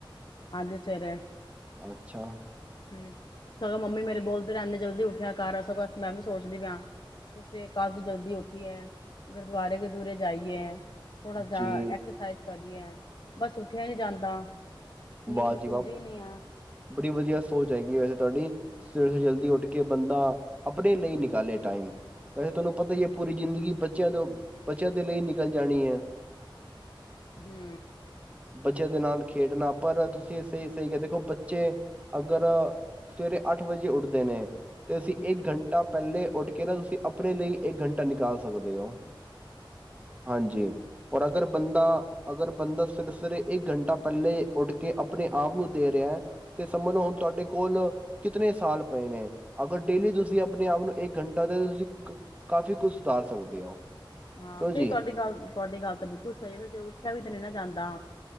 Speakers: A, on the left; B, on the right.
A: ਹਾਂਜੀ ਸਵੇਰੇ
B: ਅੱਛਾ
A: ਹੂ ਸਗੋਂ ਮੰਮੀ ਮੇਰੇ ਬੋਲਦੇ ਰਹਿੰਦੇ ਜਲਦੀ ਉੱਠਿਆ ਕਰ। ਆ ਸਗੋਂ ਮੈਂ ਵੀ ਸੋਚਦੀ ਪਿਆ ਐਸੀ ਕਦ ਜਲਦੀ ਉੱਠੀ ਗੁਰਦੁਆਰੇ ਗੁਰਦੂਰੇ ਜਾਈਏ। ਥੋੜਾ ਜਾ
B: ਜੀ
A: ਐਕਸਰਸਾਈਜ਼ ਕਰੀਏ। ਬਸ ਉੱਠਿਆ ਨੀ ਜਾਂਦਾ। ਨੀਂਦ
B: ਵਾਹ ਜੀ
A: ਖੁੱਲਦੀ
B: ਵਾਹ
A: ਨੀ ਆ।
B: ਬੜੀ ਵਧੀਆ ਸੋਚ ਹੈਗੀ ਵੈਸੇ ਤੁਹਾਡੀ। ਸਵੇਰ ਤੋਂ ਜਲਦੀ ਉੱਠ ਕੇ ਬੰਦਾ ਆਪਣੇ ਲਈ ਨਿਕਾਲੇ ਟਾਈਮ, ਵੈਸੇ ਤੁਹਾਨੂੰ ਪਤਾ ਹੀ ਹੈ ਪੂਰੀ ਜ਼ਿੰਦਗੀ ਬੱਚਿਆਂ ਤੋਂ ਬੱਚਿਆਂ ਦੇ ਲਈ ਨਿਕਲ ਜਾਣੀ ਹੈ।
A: ਹੂ
B: ਬੱਚੇ ਦੇ ਨਾਲ ਖੇਡਣਾ ਪਰ ਤੁਸੀਂ ਇਹ ਸਹੀ ਸਹੀ ਕਿਹਾ ਦੇਖੋ ਬੱਚੇ ਅਗਰ ਸਵੇਰੇ ਅੱਠ ਵਜੇ ਉੱਠਦੇ ਨੇ ਤੇ ਅਸੀਂ
A: ਹੂੰ
B: ਇੱਕ ਘੰਟਾ ਪਹਿਲੇ ਉੱਠ ਕੇ ਨਾ ਤੁਸੀਂ ਆਪਣੇ ਲਈ ਇੱਕ ਘੰਟਾ ਨਿਕਾਲ ਸਕਦੇ ਹੋ ਹਾਂਜੀ ਔਰ ਅਗਰ ਬੰਦਾ ਅਗਰ ਬੰਦਾ ਸਵੇਰੇ ਸਵੇਰੇ ਇੱਕ ਘੰਟਾ ਪਹਿਲੇ ਉੱਠ ਕੇ ਆਪਣੇ ਆਪ ਨੂੰ ਦੇ ਰਿਹਾ ਹੈ ਤੇ ਸਮਝ ਲਓ ਹੁਣ ਤੁਹਾਡੇ ਕੋਲ ਕਿਤਨੇ ਸਾਲ ਪਏ ਨੇ ਅਗਰ ਡੇਲੀ ਤੁਸੀਂ ਆਪਣੇ ਆਪ ਨੂੰ ਇੱਕ ਘੰਟਾ ਦੇ ਤੁਸੀਂ ਕਾਫੀ ਕੁਝ ਸੁਧਾਰ ਸਕਦੇ ਹੋ
A: ਹਾਂ
B: ਕਿਉਂ
A: ਨਹੀਂ
B: ਜੀ
A: ਤੁਹਾਡੀ ਗੱਲ ਤੁਹਾਡੀ ਗੱਲ ਤਾਂ ਬਿਲਕੁਲ ਸਹੀ ਵੇ ਉੱਠਿਆ ਵੀ ਤੇ ਨਹੀਂ ਨਾ ਜਾਂਦਾ